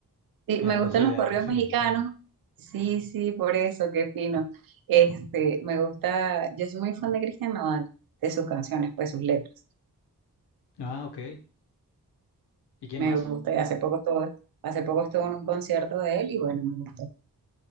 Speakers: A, on the right (about 65°); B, on the left (about 85°).
A: Sí,
B: Mira,
A: me
B: yo
A: gustan
B: soy
A: los
B: de,
A: corridos
B: yo soy
A: mexicanos.
B: mexicano.
A: Sí, sí, por eso, qué fino. Este, me gusta, yo soy muy fan de Cristian Nodal, de sus canciones, pues sus letras.
B: Ah, ok. ¿Y quién
A: Me
B: más?
A: gusta, y hace poco estuve, hace poco estuve en un concierto de él y bueno, me gustó.